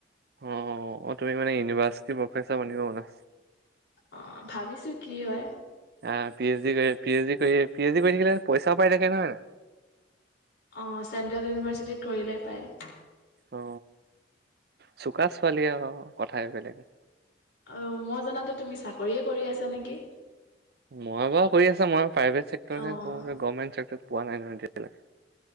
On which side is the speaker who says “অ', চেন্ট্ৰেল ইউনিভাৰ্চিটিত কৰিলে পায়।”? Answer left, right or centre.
Left